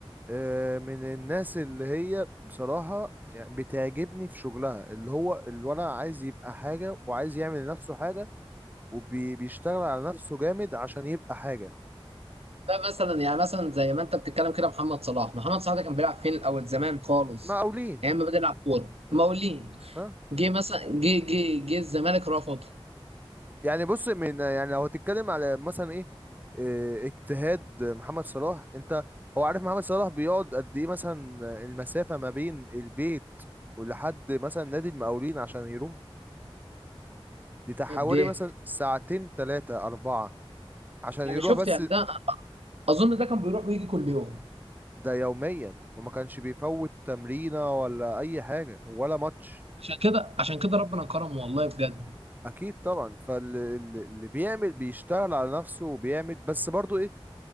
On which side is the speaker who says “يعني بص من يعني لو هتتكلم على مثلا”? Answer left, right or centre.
Right